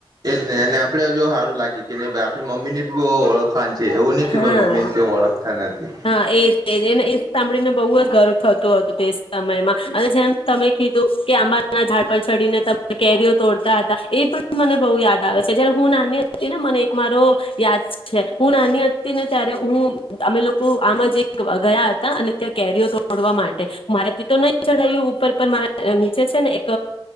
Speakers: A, on the right (about 45°); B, on the left (about 65°).
A: એજ નહ અને આપડે જો સારું લાગે કે આપની મમ્મીની બ ઓળખવાનું છે એવું નહ કે
B: હા
A: ભાઈ મમ્મી ને કોઈ ઓળખતા નથી.
B: હા એજ એજ એને એ સાંભળીને બહુ જ ગર્વ થતો હતું તે સમયમાં, અને જેમ તમે કીધું કે આંબાના ઝાડ પર ચડીને ત કેરીઓ તોડતા હતા, એ પણ મને બહુ યાદ આવે છે જયારે હું નાની હતી ને મને એક મારો યાદ હું નાની હતી ને ત્યારે હું અમે લોકો આમાં જે ગયા હતા અને ત્યાં કેરીઓ તોડવા માટે, મારાથી તો નહી જડાયું ઉપર પર મારા નીચે છે ને એક,